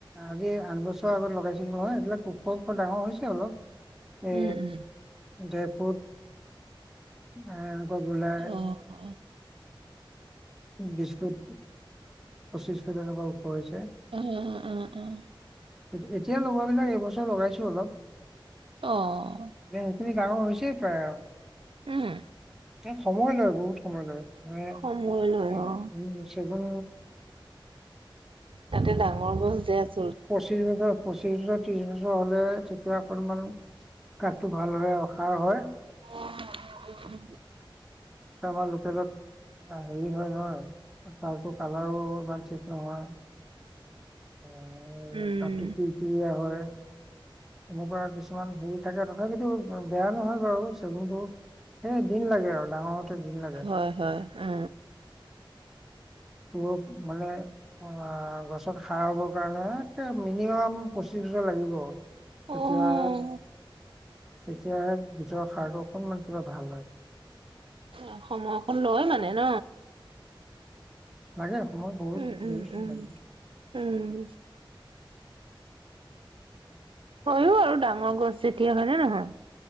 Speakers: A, in the centre; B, on the right (about 75°).
A: আজি আঠ বছৰৰ আগত লগাইছিলো নহয় সেইবিলাক ওখ ওখ ডাঙৰ হৈছে অলপ। এ
B: উম উম
A: ডেৰ ফুট এ এনেকুৱা গোলাই
B: অ অ।
A: বিশ ফুট, পঁচিশ ফুট এনেকুৱা ওখ হৈছে।
B: <unintelligible>
A: এত এতিয়া লগোৱাবিলাক এইবছৰ লগাইছো অলপ।
B: অ'।
A: এ সেইখিনি ডাঙৰ হৈছে প্ৰায় আৰু।
B: উম।
A: এ সময় লয় বহুত সময় লয়। মানে
B: সময় লয়
A: এ
B: অ'।
A: উম চেগুন
B: তাতে ডাঙৰ গছ যে আছ
A: পঁচিছ হাজাৰ পঁচিছ হাজাৰ ত্ৰিশ বছৰ হলে তেতিয়া অকনমান কাঠটো ভালদৰে ৰখা হয়।
B: অ, অ অ অ।
A: তা আমাৰ লোকেলত আ হেৰি হয় নহয় আ তাৰ চু কালাৰো ইমান ঠিক নহয়। অ',
B: উম,
A: কাঠটোক কি কি দিয়া হয়। এনেকুৱা কিছুমান ধুই থাকে তথাপিতো ব বেয়া নহয় বাৰু চেগুনটো। এ দিন লাগে আৰু ডাঙৰ হওতে দিন লাগে।
B: হয় হয় অ।
A: পষ মানে অ গছত সাৰ হবৰ কাৰণে তে মিনিমাম পঁচিছ হেজাৰ লাগিব তেতিয়া
B: অ',
A: তেতিয়াহে গীতৰ সাৰটো অকনমান কিবা ভাল হয়।
B: অ সময়কন লয় মানে ন?
A: লাগে সময় বহুত
B: উম, উম,
A: বহুতচোন
B: উম,
A: লাগিব।
B: উম। হয়ো আৰু ডাঙৰ গছ যেতিয়া হয় নে নহয়?